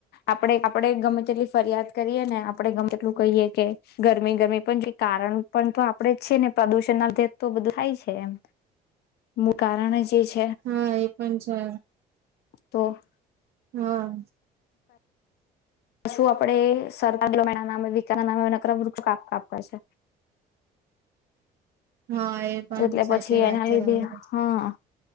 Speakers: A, on the left; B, on the right.
A: આપડે આપડે ગમે તેટલી ફરિયાદ કરીએ ને આપડે ગમે તેટલું કહીએ કે ગરમી ગરમી પણ જે કારણ પણ તો આપડે જ છે ને પ્રદુષણ ન ના તો બધું થાય છે એમ મુ કારણ જે
B: હા, એ પણ છે.
A: તો
B: હા.
A: પછું આપડે સરતા નામે વિકા નામેક વૃક્ષ કાપ આપવા છે.
B: હા એ પણ
A: એટલે પછી
B: સાચી વાત
A: એના
B: છે
A: લીધે
B: તમારી
A: હા